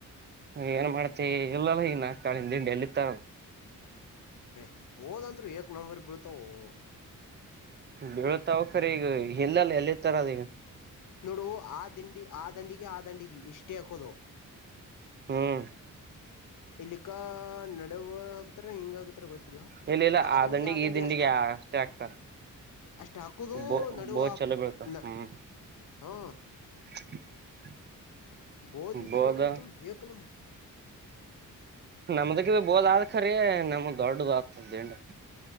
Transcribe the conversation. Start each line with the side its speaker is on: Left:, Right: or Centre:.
Right: ಏನ್ ಮಾಡ್ತಿ ಇಲ್ಲಲ್ಲ ಹನ್ ಆತಾಳನ್ ದ ತಿಂಡಿ ಎಲ್ಲಿತ್ತಾರ
Left: ಏ ಬೋದಂತ್ರು ಏಕ್ ನಂಬರ್ ಬೀಳತಾವ ಅವು
Right: ಬೀಳತಾವ ಕರೆ ಈಗ ಇಲ್ಲಲ್ಲ ಎಲ್ಲಿತರದ ಈಗ
Left: ನೋಡು ಆ ದಿಂಡಿ ಆ ದಂಡಿಗೆ ಆ ದಂಡಿಗೆ ಇಷ್ಟೇ ಹಾಕದ ನಾವು
Right: ಹ್ಮ್
Left: ಇಲ್ಲಿಕ್ಕ ನಡವ ಹಕ್ತಾರ ಹಿಂಗ್ ಆಗ್ ತ್ರ ಗೊತ್ತಿಲ್ಲ
Right: ಇಲ್ಲ ಇಲ್ಲ
Left: ಬಟ್ ಆ ದಂಡಿ
Right: ದಂಡಿಗೆ
Left: ಆ ದಂಡಿ
Right: ಈ ದಿಂಡಿಗೆ
Left: ಅಷ್ಟ.
Right: ಅಷ್ಟೇ ಹಾಕ್ತಾರ
Left: ಅಷ್ಟ ಹಾಕುದೂ
Right: ಬೋ
Left: ನಡುವ
Right: ಬೋದ್ ಚಲೋ
Left: ಪಟ್ಟ
Right: ಬೀಳ್ತಾವ
Left: ನ
Right: ಹ್ಮ್
Left: ಹಾ
Right: <inaudible>
Left: ಬೋದ್ ಬಿಟ್ಟು
Right: ಬೋದ
Left: ಹೋತ್ ಏಕನಂ
Right: ನಮ್ದಕ್ಕೆ ಬೋದ ಆದ್ ಖರಿ ನಮ ದೊಡ್ಡದು ಆಗ್ತದ ದಿಂಡ